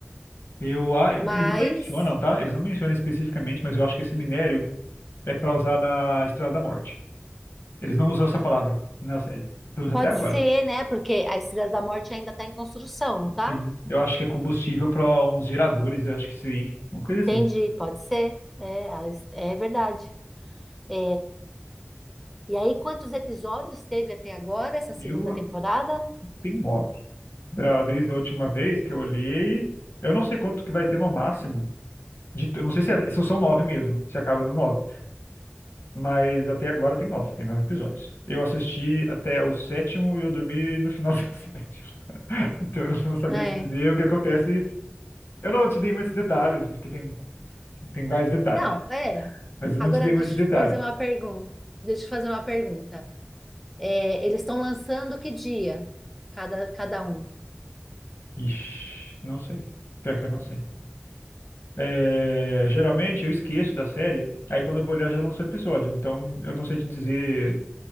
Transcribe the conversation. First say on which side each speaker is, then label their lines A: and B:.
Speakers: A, on the left (about 75°); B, in the centre.
A: eu, a- eles
B: Mas
A: não mencionam, tá? Eles não mencionam especificamente, mas eu acho que esse minério é para usar na Estrela da Morte. Eles não usam essa palavra na série, pelo menos
B: pode
A: até agora.
B: ser, né? Porque a Estrela da Morte ainda está em construção, não tá?
A: Sim, eu acho que é combustível para uns geradores, eu acho que sim, uma coisa
B: Entendi,
A: assim.
B: pode ser. É, a es- é verdade. É, E aí, quantos episódios teve até agora essa segunda
A: Eu
B: temporada?
A: tenho mob. Da- Desde a última vez que eu olhei, eu não sei quanto que vai ter no máximo. De, eu não sei se, é- se são nove mesmo, se acaba no nove. Mas até agora tem nove, tem nove episódios. Eu assisti até o sétimo e eu dormi no final do <laughs> sétimo. Então eu não vou saber
B: É.
A: te dizer o que acontece. Eu não te dei muitos detalhes, porque tem, tem vários detalhes.
B: Não, é.
A: Mas eu
B: Agora
A: não te dei muitos
B: deixa
A: detalhes.
B: eu te fazer uma pergunta. Deixa eu te fazer uma pergunta. É, eles estão lançando que dia? Cada, cada um.
A: Ixi, não sei. Pior que eu não sei. É, geralmente eu esqueço da série, aí quando eu vou olhar já lançou o episódio. Então eu não sei te dizer